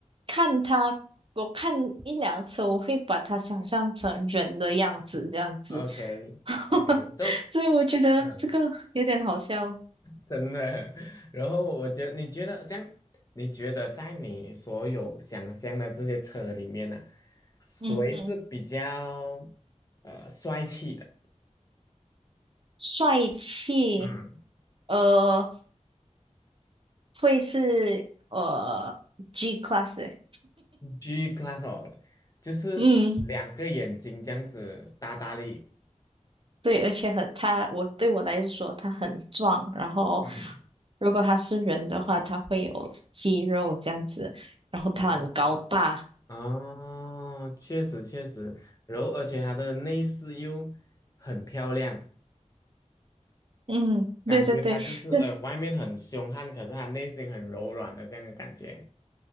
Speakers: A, on the right; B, on the left.
A: 看他，我看一辆车，我会把它想象成人的样子这样子，
B: ，OK
A: <laughs>
B: OK，so
A: 所以我觉得这个有点好笑。
B: 嗯，真的。<laughs> 然后我觉得，你觉得这样，你觉得在你所有想象的这些车里面呢、谁是比较
A: 嗯嗯，
B: 呃帅气的？
A: 帅气，
B: 嗯，
A: 呃，会是呃 G class 欸
B: g class 哦，就是两个眼睛这样子大大力。
A: 嗯。对，而且很他，我对我来说他很壮，然后
B: 嗯，
A: 如果他是人的话，他会有肌肉这样子，然后他很高大。
B: 哦，哦，确实确实，然后而且它的内饰又很漂亮，
A: 嗯，对对对，
B: 感觉它就是呃外面很凶悍，
A: 那
B: 可是它内心很柔软的这样的感觉。